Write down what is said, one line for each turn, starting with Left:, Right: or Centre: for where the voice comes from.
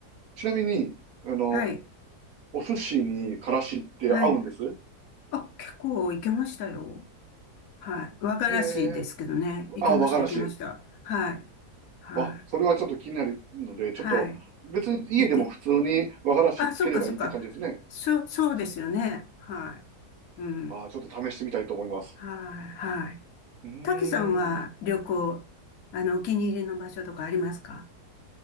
Right: ちなみに、あの、
Left: はい、
Right: お寿司にからしって合うんです
Left: はい。あ、結構いけましたよ。はい。和がらしいですけどね。
Right: へえ、
Left: いけました、
Right: あ和がらし。
Left: いけました。はい、はい、
Right: あ、それはちょっと気になるので、ちょっと、
Left: はい。
Right: 別に家でも普通に和がらしつければいいって感じですね。
Left: いて。あ、そっか、そっか。そう、そうですよね。はい。うん。
Right: ああ、ちょっと試してみたいと思います。
Left: はい、はい。
Right: うーん。
Left: たけさんは旅行、あの、お気に入りの場所とかありますか